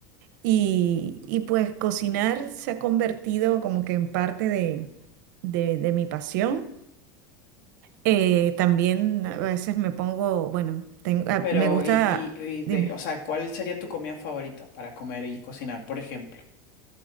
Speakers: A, on the right; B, on the left.
A: Y, y pues cocinar se ha convertido como que en parte de, de- de mi pasión. Eh, también a veces me pongo, bueno, tengo- ah,
B: Pero,
A: me gusta,
B: y, y, y de,
A: dime,
B: o sea, ¿cuál sería tu comida favorita para comer y cocinar, por ejemplo?